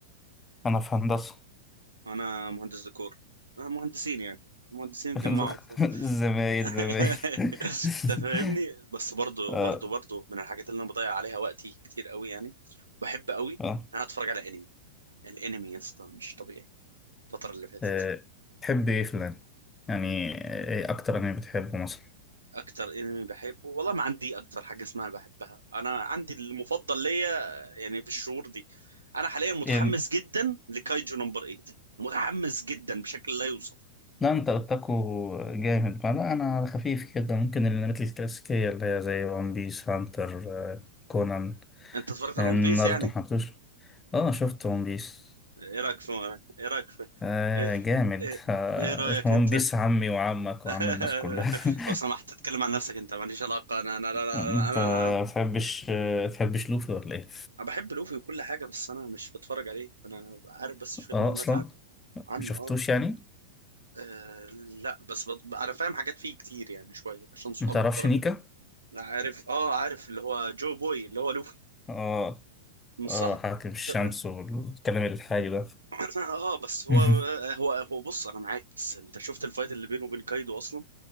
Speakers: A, on the left (about 20°); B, on the right (about 85°).
A: انا في هندسه
B: انا مهندس ديكور انا مهندسين يعني مهندسين اتجمعوا
A: <laughs>
B: فوق.
A: زمايل
B: <laughs>
A: زمايل <laughs>
B: انت فاهمني بس برضو
A: اه
B: برضو برضو من الحاجات اللي انا بضيع عليها وقتي كتير قوي يعني بحب قوي ان
A: اه
B: انا اتفرج على انمي الانمي يا اسطى مش طبيعي الفتره اللي فاتت
A: آه، تحب ايه في الانمي يعني ايه اكتر انمي بتحبه مثلا
B: اكتر انمي بحبه والله ما عندي اكتر حاجه اسمها بحبها انا عندي المفضل ليا يعني في الشهور دي انا حاليا متحمس
A: يعني
B: جدا لكايجو نمبر 8 متحمس جدا بشكل لا يوصف
A: لا انت اوتاكو جامد ما لا انا على خفيف كده ممكن الانميات الكلاسيكيه اللي هي زي ون بيس هانتر آه، كونان
B: انت اتفرجت
A: آه،
B: على ون
A: ناروتو
B: بيس يعني
A: محبتوش اه شفت ون بيس
B: ايه رايك في ايه رايك
A: <laughs>
B: في
A: آه
B: ايه,
A: جامد
B: إيه...
A: آه
B: إيه رايك
A: ون
B: انت
A: بيس عمي وعمك
B: <laughs>
A: وعم الناس كلها <laughs>
B: لو سمحت تتكلم عن نفسك انت ماليش علاقه انا انا انا انا,
A: انت
B: أنا... أنا...
A: ما تحبش ما تحبش لوفي ولا ايه
B: أنا بحب لوفي وكل حاجه بس انا مش بتفرج عليه انا عارف بس شويه
A: اه
B: معلومات
A: اصلا
B: عنه
A: ما
B: عنه
A: شفتوش
B: اه
A: يعني
B: آه لا بس بط... انا فاهم حاجات فيه كتير يعني شويه عشان صحابي
A: ما تعرفش
B: بدرجه
A: نيكا
B: أنا عارف اه عارف اللي هو جو بوي اللي هو لوفي
A: اه
B: مش
A: اه
B: صح
A: حاتم الشمس
B: ط-
A: والكلام الحالي ده
B: <clears throat> اه بس هو
A: <laughs>
B: آه، هو هو بص انا معاك بس انت شفت الفايت اللي بينه وبين كايدو اصلا